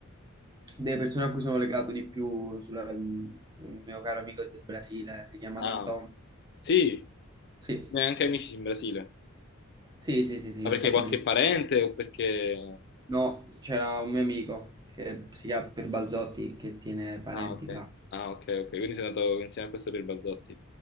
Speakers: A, on the right (about 20°); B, on the left (about 50°).
A: delle persone a cui sono legato di più, sulla- mm, un mio caro amico del Brasile, si chiama
B: Ah,
A: Danton.
B: sì,
A: Sì,
B: ne anche amici in Brasile.
A: sì, sì, sì, sì,
B: Ma
A: ho
B: perché
A: fatto
B: qualche
A: amici.
B: parente o perché...
A: No, c'era un mio amico che si chiama Pier Balzotti che tiene parenti
B: Ah, ok.
A: là.
B: Ah, ok, ok. Quindi sei andato insieme a questo per Balzotti.